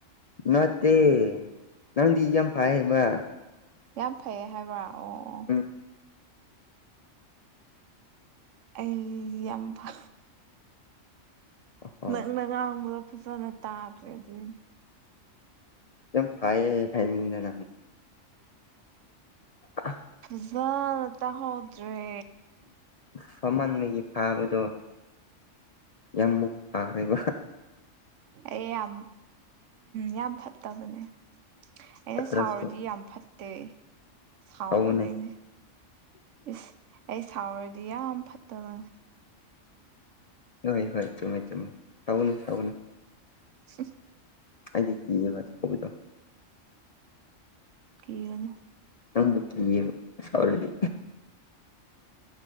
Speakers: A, on the left; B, on the right.
A: ꯅꯠꯇꯦ ꯅꯪꯗꯤ ꯌꯥꯝ ꯐꯥꯏ ꯍꯥꯏꯕ
B: ꯌꯥꯝ ꯐꯩꯌꯦ ꯍꯥꯏꯕ꯭ꯔꯥ ꯑꯣ ꯑꯣ
A: <unintelligible>
B: ꯑꯩꯖꯤ ꯌꯥꯝ ꯐꯥ
A: ꯑꯣ
B: ꯅꯪꯅ ꯉꯥꯡꯕꯗ ꯐꯖꯅ ꯇꯥꯗ꯭ꯔꯦ ꯑꯗꯨꯏꯅꯦ
A: ꯌꯥꯝ ꯐꯥꯏꯌꯦ ꯍꯥꯢ <unintelligible> ꯑ
B: ꯐꯖꯅ ꯇꯥꯍꯧꯗ꯭ꯔꯦ
A: ꯐꯃꯟꯕꯒꯤ ꯐꯥꯕꯗꯣ ꯌꯥꯝꯃꯨꯛ ꯐꯥꯈ꯭ꯔꯦꯕ
B: ꯑꯩ ꯌꯥꯝ ꯌꯥꯝ ꯐꯠꯇꯕꯅꯦ ꯑꯩꯅ
A: ꯐꯠꯇ꯭ꯔꯁꯨ
B: ꯁꯥꯎꯔꯗꯤ ꯌꯥꯝ ꯐꯠꯇꯦ ꯁꯥꯎꯗꯕꯩꯅꯦ
A: ꯁꯥꯎꯒꯅꯤ
B: ꯏꯁ ꯑꯩ ꯁꯥꯎꯔꯗꯤ ꯌꯥꯝ ꯐꯠꯇꯕꯅꯦ
A: ꯅꯣꯏ ꯍꯣꯏ ꯆꯨꯝꯃꯦ ꯆꯨꯝꯃꯦ ꯁꯥꯎꯒꯅꯨ ꯁꯥꯎꯒꯅꯨ
B: <unintelligible>
A: ꯑꯩꯗꯤ ꯀꯤꯌꯦꯕ ꯁꯥꯎꯕꯗꯣ
B: ꯀꯤꯒꯅꯨ
A: ꯅꯝꯕꯨ ꯀꯤꯌꯦꯕ ꯁꯥꯎꯔꯗꯤ